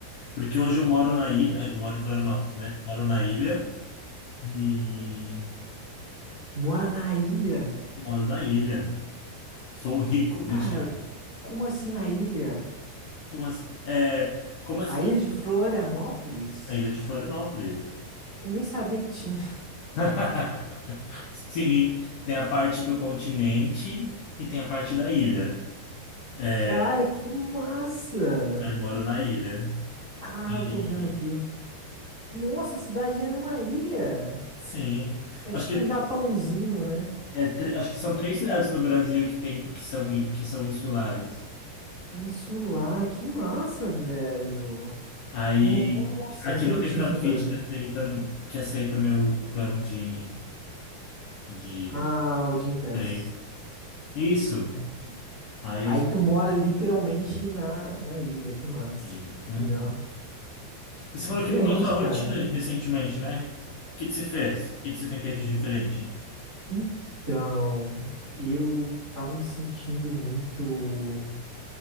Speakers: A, on the left; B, on the right.
A: Porque hoje eu moro na ilha, eu moro em Florianópolis, né? Moro na ilha e
B: Tu mora na ilha?
A: moro na ilha. Sou rico, mentira.
B: Cara, como assim na ilha?
A: Como assim? É, como é a
B: A
A: cidade?
B: ilha de Florianópolis?
A: A ilha de Florianópolis.
B: Eu nem sabia que tinha. <laughs>
A: <laughs> Sim, tem a parte do continente e tem a parte da ilha. É,
B: Cara, que massa!
A: eu moro na ilha.
B: Ah,
A: E-
B: eu tô vendo aqui. Nossa, a cidade é numa ilha.
A: sim.
B: É
A: Acho
B: tipo
A: que,
B: um Japãozinho, né?
A: é, tre- acho que são três cidades no Brasil que, tem, que, são, i- que são insulares.
B: É insular, que massa, velho.
A: Aí,
B: Nossa,
A: aqui
B: não sabia
A: não tem
B: que tinha
A: CrossFit
B: isso no Brasil.
A: que aceita, que aceita meu plano de de
B: Ah, o Gym Pass.
A: treino. Isso.
B: Sim.
A: Aí
B: Aí
A: eu sou.
B: tu mora literalmente na, na ilha, que massa.
A: Hum.
B: Legal.
A: Você falou
B: Diferente,
A: que mudou sua rotina
B: cara.
A: recentemente, né? O que que você fez? O que que você tem feito de diferente?
B: Então, eu tava me sentindo muito